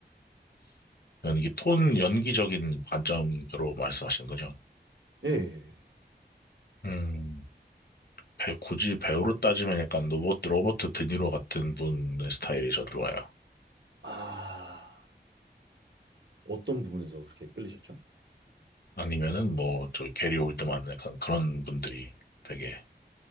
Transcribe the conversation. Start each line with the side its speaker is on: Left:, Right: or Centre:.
Left: 연기, 톤, 연기적인 관점으로 말씀하시는 거죠?
Right: 예. 예.
Left: 음. 배- 굳이 배우로 따지면 약간 로버트, 로버트 드니로 같은 분의 스타일이 저 좋아요.
Right: 아, 어떤 부분에서 그렇게 끌리셨죠?
Left: 아니면은 뭐, 저 게리 올드만 약간 그런 분들이 되게